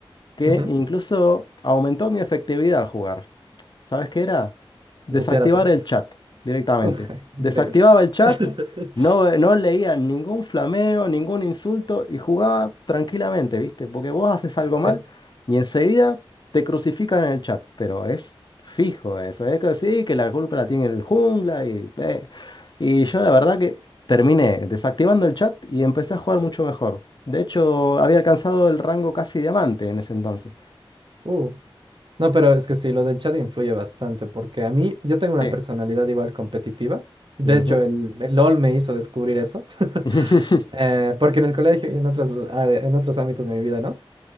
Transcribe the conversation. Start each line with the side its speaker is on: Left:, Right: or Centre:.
Left: que
Right: Ujú.
Left: incluso aumentó mi efectividad al jugar. ¿Sabes qué era? Desactivar
Right: Mutear a todos.
Left: el chat directamente.
Right: Uf, <laughs> increíble.
Left: Desactivaba el chat,
Right: <laughs>
Left: no, ve- no leía ningún flameo, ningún insulto y jugaba tranquilamente, ¿viste? Porque vos haces algo mal
Right: Sí.
Left: y enseguida te crucifican en el chat, pero es fijo eso. Es que sí, que la culpa la tiene el jungla y... eh. Y yo la verdad que terminé desactivando el chat y empecé a jugar mucho mejor. De hecho, había alcanzado el rango casi diamante en ese entonces.
Right: Uh, No, pero es que sí, lo del chat influye bastante, porque a mí, yo tengo una
Left: Sí.
Right: personalidad igual competitiva. De
Left: Ujú.
Right: hecho, el, el LOL me hizo descubrir eso, <laughs>
Left: <laughs>
Right: eh, porque en el colegio y en otras, área- en otros ámbitos de mi vida, ¿no?